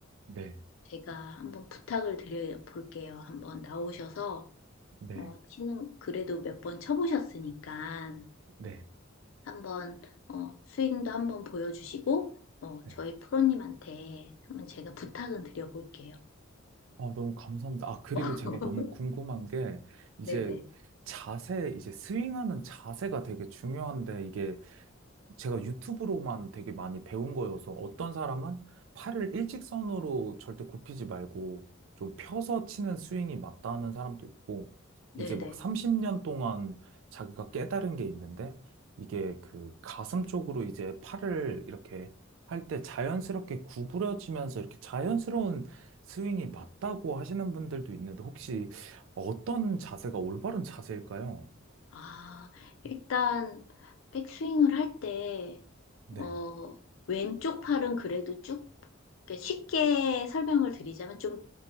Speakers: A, on the right; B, on the left.
A: 네,
B: 제가 한번 부탁을 드려 볼게요. 한번 나오셔서
A: 네,
B: 어, 치는 그래도 몇 번 쳐보셨으니까
A: 네,
B: 한번 어, 스윙도 한번 보여주시고 어,
A: 네.
B: 저희 프로님한테 한번 제가 부탁은 드려볼게요.
A: 아, 너무 감사합니다. 아, 그리고
B: <laughs>
A: 제가 너무 궁금한 게, 이제
B: 네. 네네.
A: 자세, 이제 스윙하는 자세가 되게 중요한데, 이게 제가 유튜브로만 되게 많이 배운 거여서 어떤 사람은 팔을 일직선으로 절대 굽히지 말고 좀 펴서 치는 스윙이 맞다는 사람도 있고
B: 네.
A: 이제 막
B: 네
A: 30년 동안 자기가 깨달은 게 있는데 이게 그 가슴 쪽으로 이제 팔을 이렇게 할 때 자연스럽게 구부려지면서 이렇게 자연스러운 스윙이 맞다고 하시는 분들도 있는데 혹시 어떤 자세가 올바른 자세일까요?
B: 아, 일단 백스윙을 할 때,
A: 네,
B: 어, 왼쪽 팔은 그래도 쭉 그러니까 쉽게 설명을 드리자면 좀